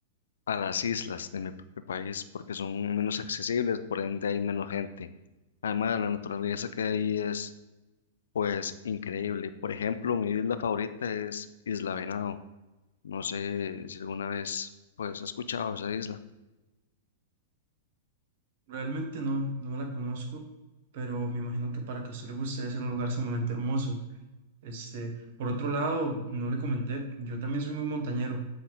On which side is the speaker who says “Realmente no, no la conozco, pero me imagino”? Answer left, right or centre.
Right